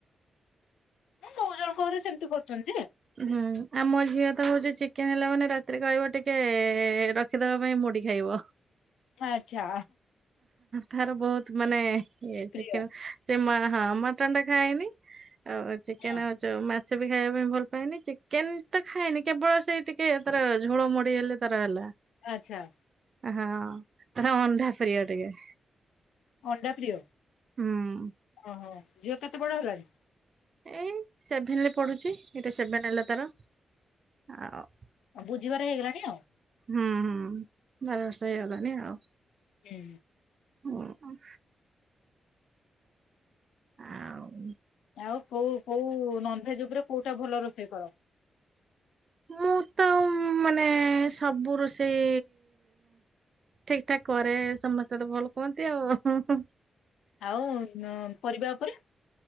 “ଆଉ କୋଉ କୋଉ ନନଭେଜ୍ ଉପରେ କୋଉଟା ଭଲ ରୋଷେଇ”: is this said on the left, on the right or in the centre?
Left